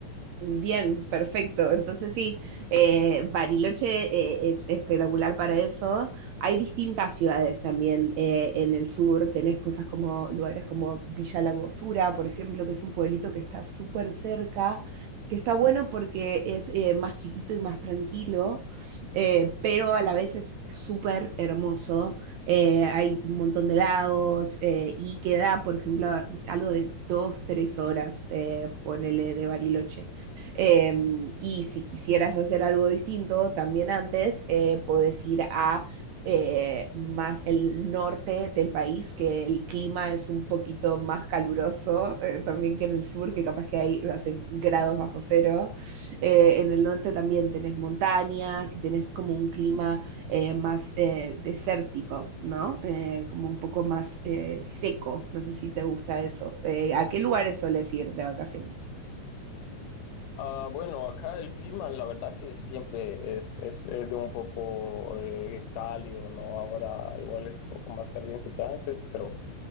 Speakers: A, on the right (about 75°); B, on the left (about 80°).
A: Bien, perfecto. Entonces sí, eh, Bariloche eh, es espectacular para eso. Hay distintas ciudades también eh, en el sur. Tenés cosas como lugares como Villa Langostura, por ejemplo, que es un pueblito que está súper cerca, que está bueno porque es eh, más chiquito y más tranquilo, eh, pero a la vez es súper hermoso. Eh, hay un montón de lagos eh, y queda, por ejemplo, algo de dos, tres horas, eh, ponele, de Bariloche. Eh, y si quisieras hacer algo distinto también antes, eh, puedes ir a eh, más el norte del país, que el clima es un poquito más caluroso eh, también que en el sur, que capaz que hay hacen grados bajo cero. Eh, en el norte también tenés montañas y tenés como un clima eh, más eh, desértico, ¿no? Eh, como un poco más eh, seco. No sé si te gusta eso. Eh, ¿a qué lugares soles ir de vacaciones?
B: Ah, bueno, acá el clima, la verdad que siempre es, es, eh, de un poco eh, cálido, ¿no? Ahora igual es un poco más caliente que antes, pero